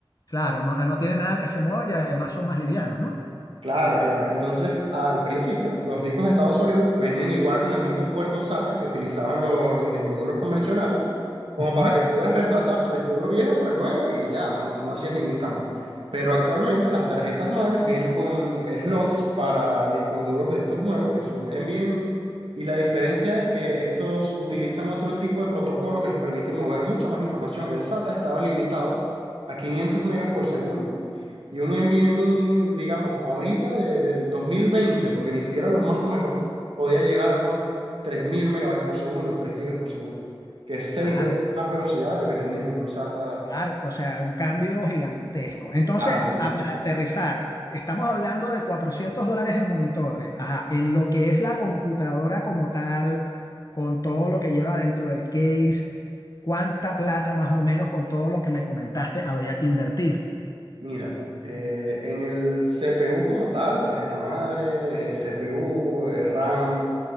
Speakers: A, on the left; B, on the right.
A: claro, no, no tiene nada que se mueva y además son más livianos, ¿no?
B: Claro, claro. Entonces, al principio, los discos de estado sólido venían igual con el mismo puerto SATA que utilizaban lo- los, discos duros convencionales, como
A: Ujú.
B: para que pudieras reemplazar tu disco duro viejo por el nuevo y ya, no, no hacías ningún cambio. Pero actualmente las tarjetas madres vienen con slots para discos duros de estos nuevos, que son NVMe, y la diferencia es que estos utilizan otro tipo de protocolo que les permite mover mucha más información. El SATA estaba limitado a 500 megas por segundo. Y un NVMe, digamos, ahorita de- del dos mil veinte porque ni siquiera los más nuevos, podía llegar a unos 3.000 megabytes por segundo o 3 gigas por segundo, que es seis
A: Claro,
B: veces más velocidad de lo que tenías en un SATA.
A: claro, o sea, un cambio gigantesco. Entonces,
B: Claro, entonces
A: ah, para aterrizar, estamos hablando de 400 dólares en monitores, ajá, en lo que es la computadora como tal, con todo lo que lleva dentro del case, cuánta plata más o menos con todo lo que me comentaste habría que invertir,
B: Mira, eh, en el CPU como tal, tarjeta madre, eh, CPU, eh, RAM,